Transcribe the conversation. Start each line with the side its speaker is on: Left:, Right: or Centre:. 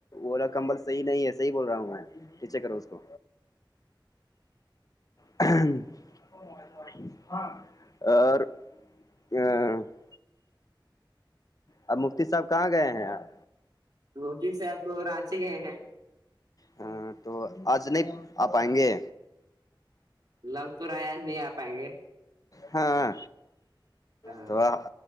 Left: الا کمبل صح نہیں ہے صح بول رہا ہوں میں چ کروں اس کو <unintelligible> اور <unintelligible> اب مفتی صاحب کہاں گئے ہیں آپ
Right: روٹی سے آپ کو رانچے گئے ہیں
Left: ہاں تو آج نہیں آ آئیں گے
Right: لگ تو رہے آج نہیں آ پائیں گے
Left: ہاں
Right: ہاں
Left: تو آ